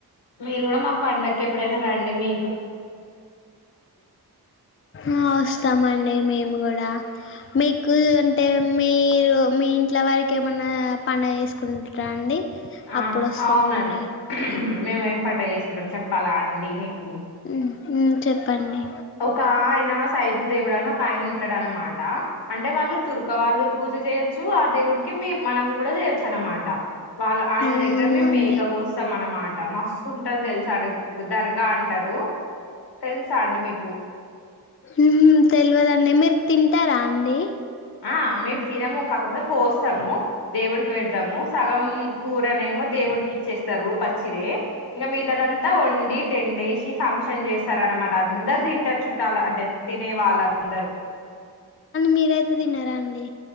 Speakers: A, on the left; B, on the left.
A: మీరు కూడా మాకు పండుగకి ఎప్పుడైనా రండి మీ
B: ఆ వస్తామండి మేము కూడా మీకు అంటే మీరు మీ ఇంట్లో వారికి ఏమన్నా పండుగ చేసుకుంటారా అండి
A: ఆ
B: అప్పుడు వస్తామండి
A: అవునండి మేము ఏం పండగ చేసుకుంటాం చెప్పాలా అండి మీకు
B: ఉమ్ ఉమ్ చెప్పండి
A: ఒక ఆయన సైదులు దేవుడు అని ఒక ఆయన ఉంటాడు అన్నమాట అంటే వాళ్ళు తుర్కవాళ్ళు పూజ చేయొచ్చు ఆ దేవుడికి మీ మనం కూడా చేయొచ్చు అన్నమాట వాళ్ళ
B: అవునండి
A: ఆయన దగ్గర మేము మేక కోస్తాం అన్నమాట మస్తు ఉంటారు తెలుసా అండి దర్గా అంటారు తెల్స అండ్ మీ
B: ఉహమ్ తెల్వదండి మీరు తింటరా అండి
A: ఆ మేమ్ తినము కాకపోతే కోస్తాము దేవుడికి పెడతాము సగం కూరనేమో దేవుడికి ఇచ్చేస్తారు పచ్చిదే ఇంకా మీతనంతా వండి టెన్ వేసి ఫంక్షన్ చేస్తారనమాట అందరు తింటారు చుట్టాలు అంటే తినే వాళ్ళందరూ
B: మీరయితే తినరా అండి